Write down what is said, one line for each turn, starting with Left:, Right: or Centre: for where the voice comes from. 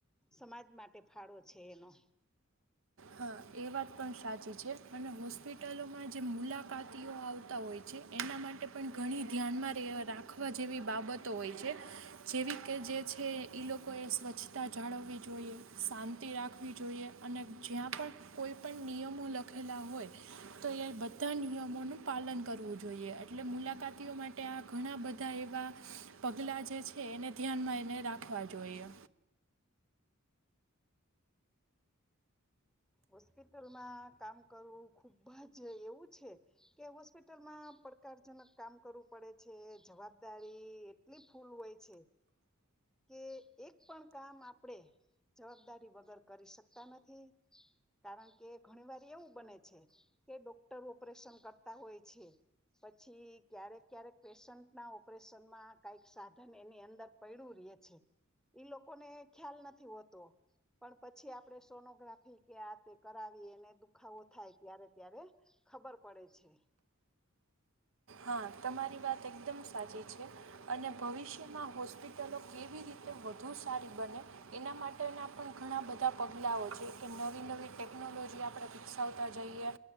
Centre: સમાજ માટે ફાળો છે એનો
Right: હા એ વાત પણ સાચી સાચી છે અને હોસ્પિટલોમાં જે મુલાકાતીઓ આવતા હોય છે એના માટે પણ ઘણી ધ્યાનમાં રહેવા રાખવા જેવી બાબતો હોય છે જેવી કે જે છે એ લોકોએ સ્વચ્છતા જાળવવી જોઈએ શાંતિ રાખવી જોઈએ અને જ્યાં પણ કોઈ પણ નિયમો લખેલા હોય તો એ બધા નિયમોનું પાલન કરવું જોઈએ એટલે મુલાકાતીઓ માટે આ ઘણા બધા એવા પગલાં જે છે એને ધ્યાનમાં એને રાખવા જોઈએ
Centre: હોસ્પિટલમાં કામ કરવું ખુબ જ એવું છે કે હોસ્પિટલમાં પડકારજનક કામ કરવું પડે છે જવાબદારી એટલી ફૂલ હોય છે કે એક પણ કામ આપણેે જવાબદારી વગર કરી શકતા નથી કારણ કે ઘણી વાર એવું બને છે કે ડોક્ટર ઓપરેશન કરતા હોય છે પછી ક્યારેક ક્યારેક પેશન્ટ ના ઓપરેશનમાં કઈક સાધન એની અંદર પડડું ર છે ઈ લોકોને ખ્યાલ નથી હોતો પણ પછી આપણે સોનોગ્રાફી કે આ તે કરાવી એને દુખાવો થાય ત્યારે ત્યારે ખબર પડે છે
Right: હા તમારી વાત એકદમ સાચી છે અને ભવિષ્યમાં હોસ્પિટલો કેવી રીતે વધુ સારી બને એના માટેના પણ ઘણા બધા પગલાંઓ છે કે નવી નવી ટેકનોલોજી આપણે વિકસાવતા જઈએ